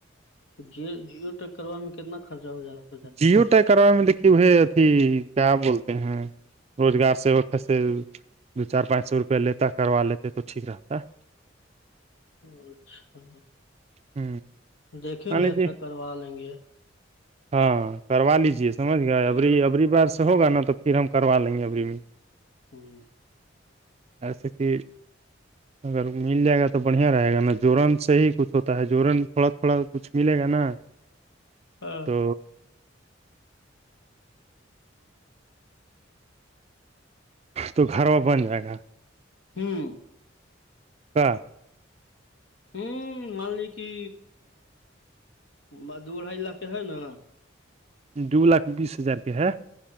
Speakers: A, on the left; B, on the right.
A: تو جیو جیو ٹیک کروا میں کتنا خرچہ ہو جا گا
B: جیو ٹائیک کروے میں دیکھیے وہ اھی کیا بولتے ہیں روزگار سے وہ پھر سے دو چار پانچ سو روپیہ لیتا کروا لیتے تو ٹیک رہتا
A: اچھا
B: ہ
A: دیکھیں
B: مان
A: گے
B: لیجیے
A: اچھا کروا لیں گے
B: ہاں کروا لیجیے سمجھ گئے
A: جیو
B: ابری ابری بار سے ہوگا نا تو پھر ہم کروا لیں گے ابری میں
A: ہوں
B: ایسے کہ
A: <unintelligible>
B: اگر مل جائے گا تو بڑھیا رہے گا نا جوورن سے ہی کچھ ہوتا ہے جوورن تھوڑا تھوڑا کچھ ملے گا نا
A: ہاں
B: تو تو گھر وہ بن جائے گا
A: ہوں
B: کہ
A: ہوں مان لی کہ مدڑھا علاقے ہے نا
B: دو لاکھ بیس ہزار کے ہے